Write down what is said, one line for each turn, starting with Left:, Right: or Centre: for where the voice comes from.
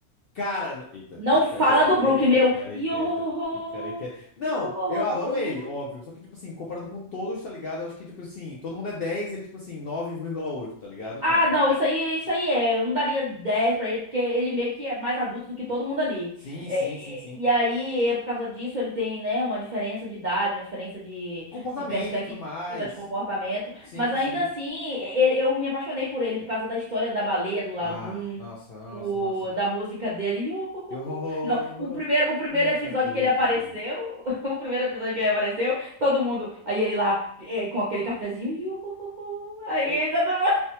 Left: Cara, n- eita,
Right: Não
Left: vou ficar
Right: fala
Left: quieto.
Right: do Brook,
Left: Vou... Ficarei
Right: meu. Yo,
Left: quieto. Ficarei quieto. Não,
Right: yo.
Left: eu adoro ele, óbvio. Só que, tipo assim, comparado com todos, tá ligado? Eu acho que, tipo assim, todo mundo é dez, ele, tipo assim, nove vírgula oito, tá ligado, mano?
Right: Ah, não, isso aí, isso aí é. Eu não daria 10 pra ele, porque ele meio que é mais adulto do que todo mundo ali.
Left: Sim,
Right: É,
Left: sim, sim, sim.
Right: é, e aí, é por causa disso, ele tem, né, uma diferença de idade, uma diferença de,
Left: Comportamento,
Right: de perspectiva,
Left: tudo mais.
Right: de comportamento.
Left: Sim,
Right: Mas ainda
Left: sim.
Right: assim, e- e- eu me apaixonei por ele por causa da história da baleia, do lagoon,
Left: Ah, nossa, nossa,
Right: do-
Left: nossa.
Right: da música dele. <laughs> Iuhuhuhu.
Left: Yo, ho,
Right: Não, o primeiro,
Left: ho,
Right: o primeiro
Left: um
Right: episódio
Left: saque
Right: que ele apareceu,
Left: de vinho.
Right: <laughs> o primeiro episódio que ele apareceu, todo mundo, aí ele lá, eh, com aquele cafezinho, <laughs> iuhuhuhu. aí
Left: É,
Right: todo mundo.